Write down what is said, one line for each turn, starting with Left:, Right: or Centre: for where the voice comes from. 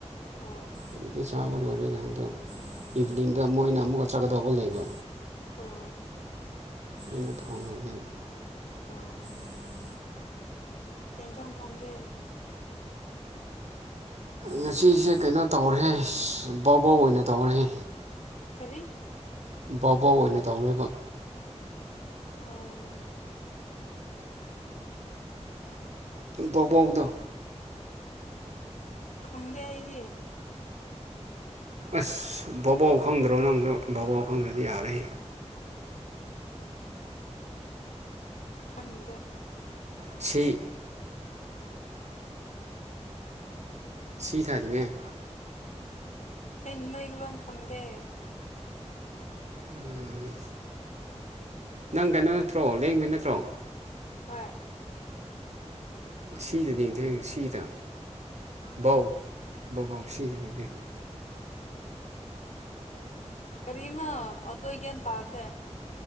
Left: ꯑꯣ
Right: ꯑꯗꯨꯗꯤ ꯆꯕꯍꯨꯜꯂꯂ ꯂꯣꯏꯔꯦ ꯑꯗꯣ ꯏꯚꯅꯤꯡꯗ ꯃꯣꯏꯅ ꯑꯃꯨꯛꯀ ꯆꯠꯀꯗꯧꯕ ꯂꯩꯕ
Left: ꯑꯣ
Right: ꯑ ꯑꯗꯨ <unintelligible>
Left: ꯑꯣ
Right: ꯎꯝ <unintelligible>
Left: ꯀꯦꯖꯝ ꯊꯣꯡꯒꯦ
Right: ꯉꯁꯤꯁꯦ ꯀꯩꯅꯣ ꯇꯧꯔꯦ ꯕꯕꯣꯛ ꯑꯣꯏꯅ ꯇꯧꯔꯦ
Left: ꯇꯔꯤ
Right: ꯕꯥꯥꯎꯕꯥꯎ ꯑꯣꯏꯅ ꯇꯧꯔꯤꯕ
Left: ꯑꯣ
Right: ꯕꯕꯣꯛꯗ
Left: ꯈꯪꯗꯦ ꯑꯩꯗꯤ
Right: ꯑꯁ ꯕꯕꯥꯎ ꯈꯪꯗ꯭ꯔꯣ ꯅꯪꯁꯨ ꯕꯕꯥꯎ ꯈꯪꯗ꯭ꯔꯗꯤ ꯌꯥꯔꯦ
Left: ꯈꯪꯗꯦ
Right: ꯁꯤ ꯁꯤ ꯊꯥꯔꯤ ꯉꯏ
Left: ꯑꯩ ꯅꯣꯏ ꯂꯣꯟꯝ ꯈꯪꯗꯦ
Right: ꯎꯝ ꯅꯪ ꯀꯩꯅꯣ ꯅꯠꯇ꯭ꯔꯣ ꯂꯦꯡꯕ ꯅꯠꯇ꯭ꯔꯣ
Left: ꯍꯣꯏ
Right: ꯁꯤꯗꯗꯤꯊꯦꯡ ꯁꯤꯗ ꯕꯧ ꯕꯧꯕꯥꯎ ꯁꯤꯖꯔꯤꯗ
Left: ꯀꯔꯤꯅꯣ ꯑꯗꯨꯗꯒꯦꯟ ꯇꯥꯗꯦ